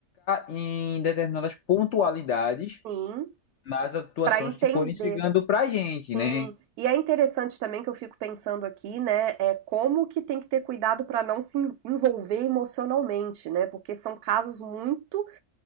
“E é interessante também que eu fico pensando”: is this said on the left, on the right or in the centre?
Right